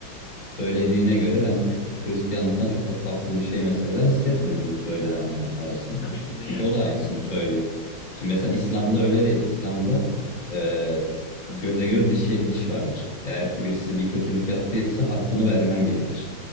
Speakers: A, on the left; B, on the left.
A: söylediğine göre ben şu- Hristiyanlıktan çok da farklı bir şey mesela hissetmedim bu söylenenler arasında.
B: Tabii ki de
A: Çünkü
B: yani
A: o da aynısını söylüyor. Şimdi mesela İslam'da öyle değil. İslam'da e, göze göz dişe diş vardır. Eğer ki birisi bir kötülük yaptıysa hakkını vermen gerekir.